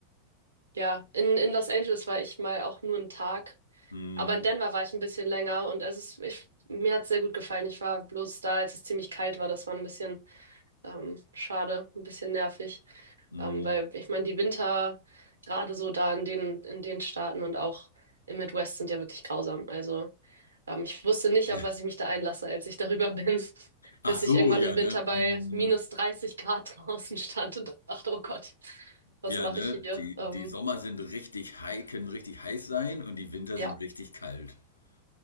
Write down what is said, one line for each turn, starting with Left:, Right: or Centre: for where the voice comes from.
Right: ja, in, in Los Angeles war ich mal auch nur einen Tag,
Left: Mhm.
Right: aber in Denver war ich ein bisschen länger und es ist, ich, mir hat es sehr gut gefallen. Ich war bloß da, als es ziemlich kalt war. Das war ein bisschen ähm, schade, ein bisschen nervig,
Left: Mhm.
Right: ähm, weil ich meine, die Winter gerade so da in den, in den Staaten und auch im Midwest sind ja wirklich grausam. Also Ähm, ich wusste nicht,
Left: <laughs>
Right: auf was ich mich da einlasse, als ich darüber bin, <laughs>
Left: Ach
Right: bis
Left: so,
Right: ich irgendwann
Left: ja,
Right: im Winter
Left: ne?
Right: bei
Left: Mhm.
Right: minus 30 Grad <laughs> draußen stand und dachte, oh Gott, was
Left: Ja,
Right: mache
Left: ne?
Right: ich hier?
Left: Die,
Right: Ähm,
Left: die Sommer sind richtig heiß, können richtig heiß sein und die Winter
Right: ja,
Left: sind richtig kalt. <laughs>